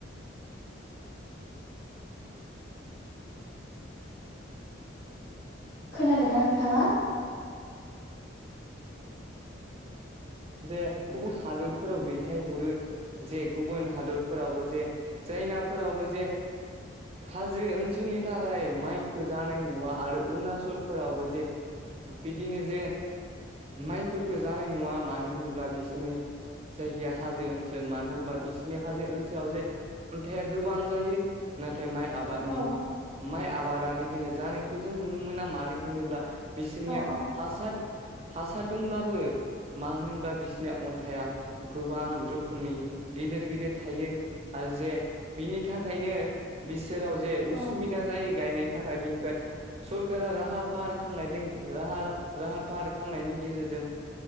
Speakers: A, on the left; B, on the right.
A: खोनादोंना नोंथाङा
B: जे गुबुन हादोरफोराव दैथायहरो जे गुबुन हादरफोरावबो जे जाइनाफोरावबो जे हाजो ओनसोलनि थाखाय माइखो जानाय नुवा आरो अरुणाचलफोरावबो जे बिदिनो जे माइफोरफोरखौ जानाय नङा मानो होनब्ला बिसोरनो जायगाया हाजो ओनसोल मानो होनबा बिसिनि हाजो ओनसोलाव जे खन्थाइा गोबां जायो नाथाय माइ आबादनि
A: औ
B: माइ आबादा बिदिनो जानायखौ जों नुनो मोना मानो होनोब्ला बिसोरनिया
A: औ
B: हासाद हासाद दंब्लाबो मानो होन बा बिसोरनि अन्थाइा गोबां रोखोमनि गिदिर गिदिर थायो आरो जे बिनि थाखायनो बिसोराव जे
A: औ
B: उसुबिदा जायो गायनायनि थाखाय बिनिफ्राय सरकारा राहार फाहार खालामनायजों राहार राहार फाहार खालामनायनि गेजेरजों